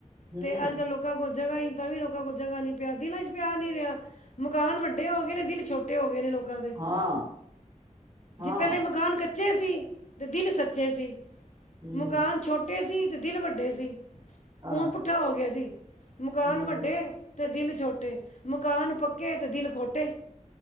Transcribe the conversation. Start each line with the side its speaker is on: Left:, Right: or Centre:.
Right: ਹੂੰ
Left: ਤੇ ਅੱਜ ਕੱਲ੍ਹ ਲੋਕ ਲੋਕਾਂ ਕੋਲ ਜਗ੍ਹਾ ਹੀ, ਤਾਂ ਵੀ ਲੋਕਾਂ ਕੋਲ ਜਗਾ ਨਹੀਂ ਪਿਆ, ਦਿਲ ਚ ਪਿਆਰ ਨੀ ਰਿਹਾ, ਮਕਾਨ ਵੱਡੇ ਹੋ ਗਏ ਨੇ, ਦਿਲ ਛੋਟੇ ਟੇ ਹੋ ਗਏ ਨੇ ਲੋਕਾਂ ਦੇ,
Right: ਹਾਂ ਹਾਂ
Left: ਜੀ ਪਹਿਲੇ ਮਕਾਨ ਕੱਚੇ ਸੀ, ਤੇ ਦਿਲ ਸੱਚੇ ਕਚੇ ਸੀ,
Right: ਹੂੰ
Left: ਮਕਾਨ ਛੋਟੇ ਸੀ, ਤੇ ਦਿਲ ਵੱਡੇ ਸੀ
Right: ਹਾਂ
Left: ਹੁਣ ਪੁੱਠਾ ਹੋ ਗਿਆ ਜੀ, ਮਕਾਨ
Right: ਹੂੰ
Left: ਵੱਡੇ ਅਤੇ ਦਿਲ ਛੋਟੇ, ਮਕਾਨ ਪੱਕੇ ਤੇ, ਦਿਲ ਖੋਟੇ